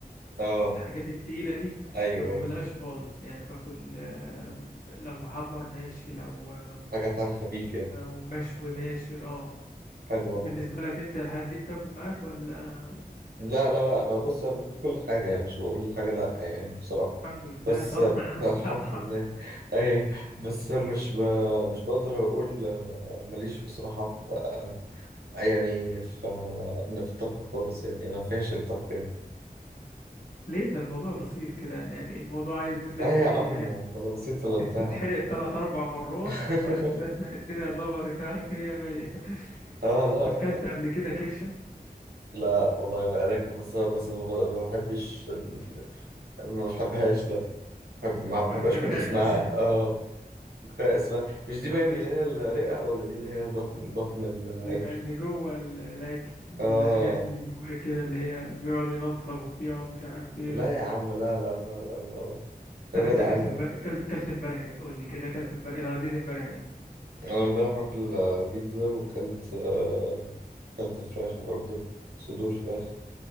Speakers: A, on the right; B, on the left.
A: اه
B: الحاجات التقيلة دي
A: ايوه
B: ما باكلهاش
A: ايوه
B: خالص يعني باكل آه، لو محمر ماشي لو آه،
A: حاجات على خفيف يعني
B: لو مشوي ماشي اه
A: حلو والله
B: بالنسبة لك انت الحاجات دي بتاكل معاك ولا
A: لا لا لا انا بص انا باكل كل حاجه يعني مش بقول حاجه لا يعني بصراحه
B: الحمد لله
A: بس
B: طبعا
A: آه،
B: <laughs> على الصحة
A: <laughs> الحمد لله اي بس مش ب... مش بقدر اقول آه، ماليش بصراحه في آه، يعني ف إن في الطبخ خالص يعني أنا فاشل طبخ يعني
B: ليه ده الموضوع بسيط كده يعني الموضوع عايز منك
A: لا
B: ايه
A: يا عم ولا
B: آه،
A: بسيط ولا بتاع
B: تتحرق تلات اربع مرات
A: <laughs>
B: وبعد كده تلاقي الدنيا ظبطت معاك هي مية <laughs>
A: اه لا
B: طب
A: لا
B: كلت
A: لا
B: قبل كده كرشة
A: لا والله انا بس بس ما بحبش ال- ما بحبهاش لا بحب ما بحبهاش
B: ما تحبهاش
A: من اسمها اه كفايه اسمها مش دي
B: <laughs> طب
A: باين
B: إيه؟
A: اللي هي الرئه ولا دي اللي هي بطن بطن العجل
B: بيبقى اللي جوه ال- العجل الحاجات
A: اه
B: اللي جواه كده اللي هي بيقعدوا ينضفوا فيها ومش عارف ايه
A: لا يا عم لا لا لا لا لا, لا.
B: طب
A: ابعد
B: انت
A: عني
B: اكلت امبارح اكلت اكلت امبارح ايه قول لي كده اكلت امبارح ايه اتغديت امبارح ايه
A: انا امبارح واكل آه، بيتزا وكلت آه، أكلت فراخ برضو صدور فراخ